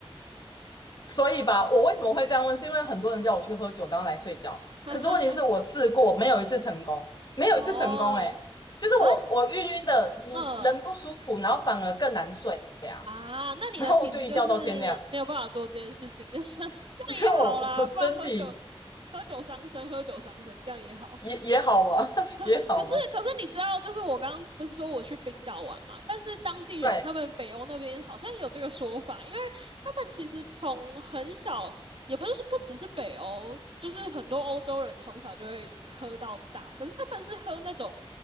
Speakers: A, on the left; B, on the right.
A: 所以吧，我为什么会这样问，是因为很多人叫我去喝酒当来睡觉，
B: <laughs> 哈哈哈。
A: 可是问题是我试过，没有一次成功，没有一次成功、
B: <laughs> 哦，
A: 欸，哎，就是我我晕晕的，
B: 啊，
A: 嗯人不舒服，
B: 嗯、
A: 然后反而更难睡呀、啊
B: 啊，那你的体质就是没有办法做这件事情，
A: 然后我就一觉到天亮，
B: <laughs> 这样也好啦，
A: <laughs> 因为我我身体
B: 不然喝酒喝酒伤身，喝酒伤身，这样也好。
A: 也也好嘛，<laughs>
B: <laughs>
A: 也好嘛，
B: 可是可是你知道，就是我刚刚不是说我去冰岛玩嘛，但是当地人他们北欧那边好像有这个说法，
A: 对，
B: 因为他们其实从很小，也不是不只是北欧，就是很多欧洲人从小就会喝到大，可是他们是喝那种